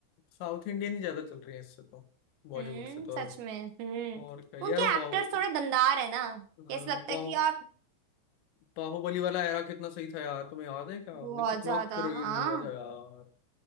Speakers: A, on the left; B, on the right.
A: साउथ इंडियन ही ज्यादा चल रही है इससे तो बॉलीवुड
B: हम्म
A: से तो
B: सच
A: अब
B: में हम्म
A: और क्या यार
B: उनके
A: वो
B: एक्टर्स
A: बाहुबली
B: थोड़े दमदार है ना
A: अ,
B: कि ऐसा लगता
A: बाहु
B: है कि यार
A: बाहुबली वाला एरा कितना सही था यार तुम्हें याद है क्या
B: बहुत
A: मतलब कितना
B: ज्यादा
A: क्रेज
B: हाँ
A: हो गया था यार